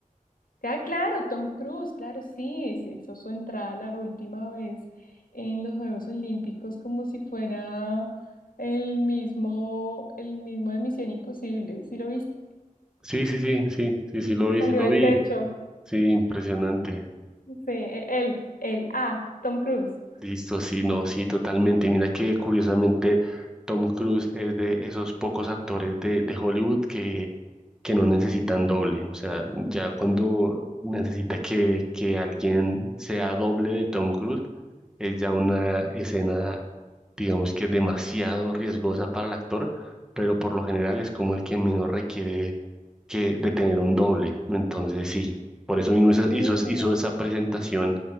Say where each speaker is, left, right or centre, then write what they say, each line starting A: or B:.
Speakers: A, on the left; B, in the centre.
A: Ah, claro, Tom Cruise, claro, sí, se hizo su entrada la última vez en los Juegos Olímpicos como si fuera el mismo, el mismo de Misión Imposible, ¿sí lo viste?
B: Sí, sí, sí, sí, sí, sí lo
A: Que
B: vi,
A: salió
B: sí lo
A: del
B: vi.
A: techo.
B: Sí, impresionante.
A: Sí, e- él, él, ah, Tom Cruise.
B: Listo, sí, no, sí, totalmente. Mira que curiosamente Tom Cruise es de esos pocos actores de, de Hollywood que, que no necesitan doble. O sea, ya cuando necesita que, que alguien sea doble de Tom Cruise, es ya una escena, digamos que demasiado riesgosa para el actor, pero por lo general es como el que menos requiere que, de tener un doble. Entonces, sí, por eso mismo
A: Qué
B: hizo,
A: chévere,
B: hizo hizo esa presentación